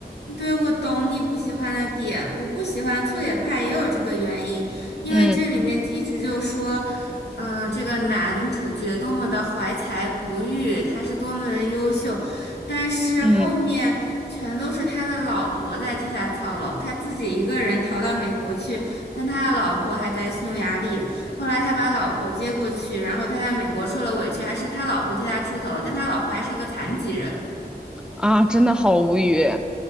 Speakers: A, on the left; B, in the centre.
A: 对，我懂你不喜欢的点。我不喜欢粗野派也有这个原因，因为这里面一直就说，
B: 嗯
A: 嗯、这个男主角多么的怀才不遇，他是多么的优秀，但是后面全都是他的老婆在替他操劳，
B: 嗯
A: 他自己一个人逃到美国去，但他的老婆还在匈牙利。后来他把老婆接过去，然后他在美国受了委屈，还是他老婆替他出头，但他老婆还是一个残疾人。
B: 啊，真的好无语。